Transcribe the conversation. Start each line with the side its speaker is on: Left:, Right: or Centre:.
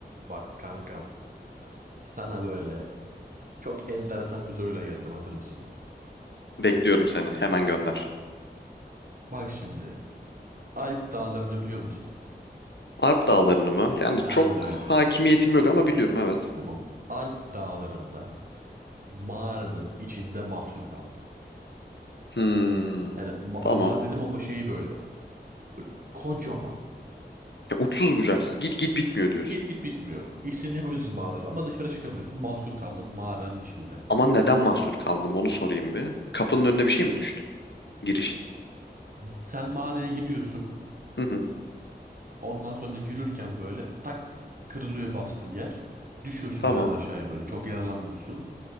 Right: Bak kankam sana böyle çok enteresan bir soruyla geldim hatır mısın?
Left: Bekliyorum seni. Hemen gönder.
Right: Bak şimdi Alp dağlarını biliyor musun?
Left: Alp dağlarını mı? Yani
Right: Aynen
Left: çok
Right: öyle.
Left: hakimiyetim yok ama biliyorum evet.
Right: Tamam Alp dağlarında mağaranın içinde mahsur kaldım
Left: Hmm,
Right: Yani ma-
Left: tamam.
Right: mağara dedim ama şey böyle. Böyle kocaman.
Left: Ya uçsuz bucaksız. Git git bitmiyor diyorsun.
Right: Git git bitmiyor. İstediğini yapabilirsin mağarada ama dışarı çıkamıyorsun. Mahsur kaldım mağaranın içinde.
Left: Ama neden mahsur kaldım onu sorayım bir. Kapının önüne bir şey mi düştü? Girişini.
Right: Sen mağaraya giriyorsun.
Left: Hı hı.
Right: Ondan sonra yürürken böyle tak kırılıyor bastığın yer. Düşüyorsun
Left: Tamam.
Right: biraz aşağıya böyle. Çok yaralanmıyorsun.